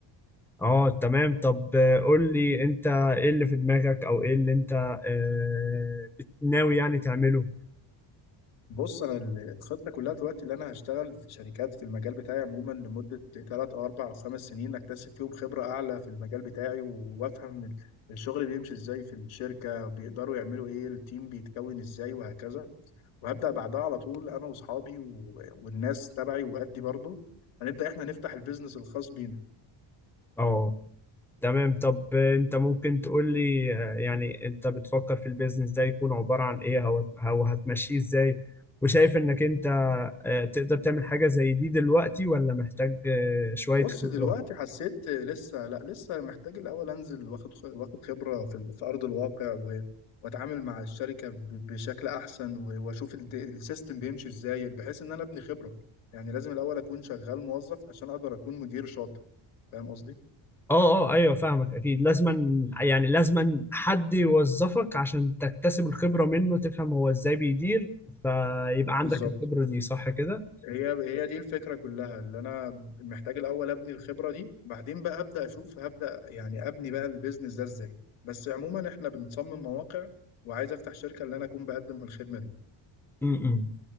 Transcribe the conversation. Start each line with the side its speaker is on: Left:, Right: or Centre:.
Centre: اه تمام طب آه، قول لي انت ايه اللي في دماغك او ايه اللي انت آه، بت- ناوي يعني تعمله
Left: بص انا ال- الخطه كلها دلوقتي اللي انا هشتغل في شركات في المجال بتاعي عموما لمده ثلاث او اربع او خمس سنين اكتسب فيهم خبره اعلى في المجال بتاعي و- وافهم ال- الشغل بيمشي ازاي في الشركه بيقدروا يعملوا ايه التيم بيتكون ازاي وهكذا وهبدا بعدها على طول انا واصحابي و- والناس تبعي وادي برضه هنبدا احنا نفتح البيزنس الخاص بينا
Centre: اه تمام طب آه، انت ممكن تقول لي آه، يعني انت بتفكر في البيزنس ده يكون عبارة عن ايه او أو هتمشيه ازاي وشايف انك انت آه، تقدر تعمل حاجة زي دي دلوقتي ولا محتاج آه، شوية
Left: بص
Centre: خبرة
Left: دلوقتي حسيت لسه لا لسه محتاج الاول انزل واخد خ- واخد خبره في ال- في ارض الواقع و- واتعامل مع الشركه ب- بشكل احسن و- واشوف الد- السيستم بيمشي ازاي بحيث ان انا ابني خبره يعني لازم الاول اكون شغال موظف عشان اقدر اكون مدير شاطر فاهم قصدي
Centre: اه اه ايوه فاهمك اكيد لازما يعني لازما حد يوظفك عشان تكتسب الخبرة منه تفهم هو ازاي بيدير فيبقى
Left: بالظبط
Centre: عندك الخبرة دي صح كده
Left: هي هي دي الفكره كلها اللي انا محتاج الاول ابني الخبره دي بعدين بقى ابدا اشوف هبدا يعني ابني بقى البيزنس ده ازاي بس عموما احنا بنصمم مواقع وعايز افتح شركه اللي انا اكون بقدم الخدمه دي
Centre: امم